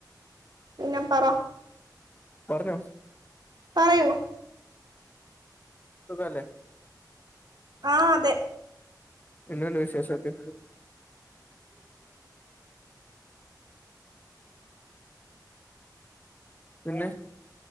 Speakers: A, on the right; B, on the left.
A: പിന്നെ പറ
B: പറഞ്ഞോ
A: പറയൂ
B: സുഖവല്ലേ
A: ആ അതെ
B: എന്തുണ്ട് വിശേഷൊക്കെ പിന്നെ